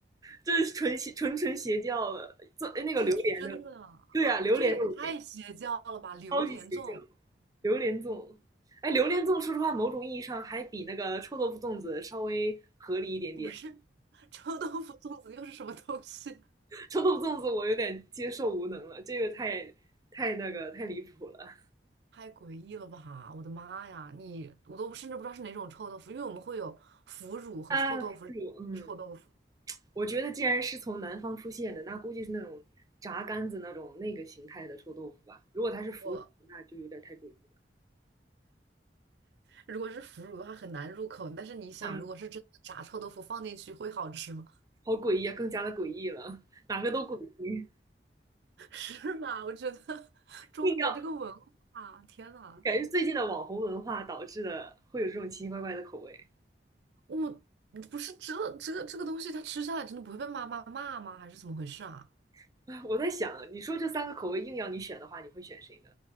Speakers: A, on the right; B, on the right.
A: 这是纯邪纯纯邪教了，做哎那个榴莲的，
B: 这真的，
A: 对啊，榴莲的围
B: 这也太邪教了吧！榴莲粽
A: 超级邪教，榴莲粽，哎，榴莲粽说实话，某种意义上还比那个臭豆腐粽子稍微合理一点点。
B: 不是臭豆腐粽子又是什么东西？
A: 臭豆腐粽子我有点接受无能了，这个太太那个太离谱了
B: 太诡异了吧！我的妈呀，你我都甚至不知道是哪种臭豆腐，因为我们会有腐乳和臭豆腐。
A: 啊！<laughs> 腐乳，嗯，
B: 臭豆腐，
A: 我觉得既然是从南方出现的，那估计是那种炸干子那种那个形态的臭豆腐吧。如果它是腐乳，
B: 我
A: 那就有点太诡异了。
B: 如果是腐乳的话很难入口，但是你想，
A: 嗯，
B: 如果是真的炸臭豆腐放进去会好吃吗？
A: <laughs> 好诡异啊，更加的诡异了，哪个都诡异，
B: <laughs> 是吧？我觉得 <laughs> 中国这个文化，
A: <laughs> 硬要
B: 天呐！
A: 感觉最近的网红文化导致的会有这种奇奇怪怪的口味。
B: 我不是这这个这个东西，它吃下来真的不会被妈妈骂吗？还是怎么回事啊？
A: <laughs> 我在想，你说这三个口味硬要你选的话，你会选谁呢？